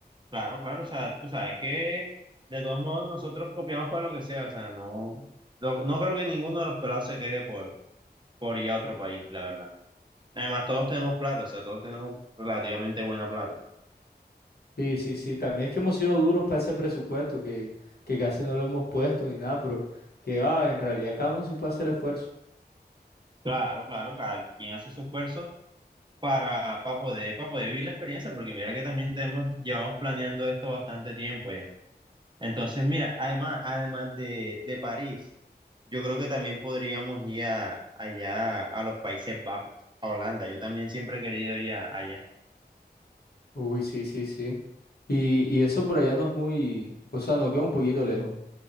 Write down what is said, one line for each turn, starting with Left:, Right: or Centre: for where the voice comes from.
Right: claro, claro, o sea, tú sabes que de todos modos nosotros copiamos para lo que sea, o sea, no, lo- no creo que ninguno de los pelados se queje por, por ir a otro país, la verdad. Además, todos tenemos plata, o sea, todos tenemos relativamente buena plata.
Left: Sí, sí, sí. También es que hemos sido duros para ese presupuesto que, que casi no lo hemos puesto ni nada, pero que va, en realidad cada uno sí puede hacer el esfuerzo.
Right: Claro, claro, cada quien hace su esfuerzo para, para poder, para poder vivir la experiencia, porque mira que también tenemos, llevamos planeando esto bastante tiempo ya. Entonces, mira, además, además de, de París, yo creo que también podríamos ir a- allá a los Países Bajos, a Holanda. Yo también siempre he querido ir a- allá.
Left: Uy, sí, sí, sí. Y, y eso por allá no es muy, o sea, nos queda un poquito lejos.